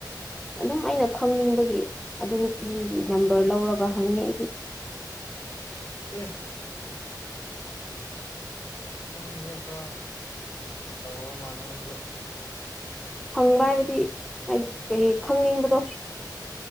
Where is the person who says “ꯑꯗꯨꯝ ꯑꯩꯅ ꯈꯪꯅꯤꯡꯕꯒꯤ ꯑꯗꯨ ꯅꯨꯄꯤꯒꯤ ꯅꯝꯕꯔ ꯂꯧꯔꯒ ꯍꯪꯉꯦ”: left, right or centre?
Centre